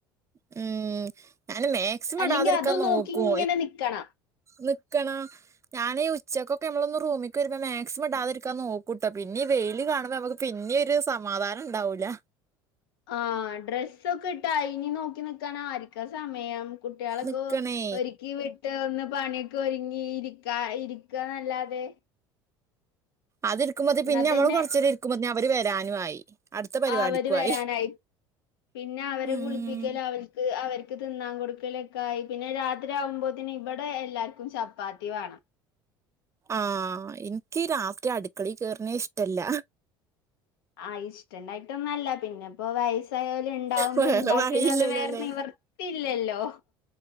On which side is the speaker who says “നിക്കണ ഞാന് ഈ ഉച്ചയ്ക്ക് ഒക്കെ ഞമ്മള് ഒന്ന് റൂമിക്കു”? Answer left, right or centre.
Right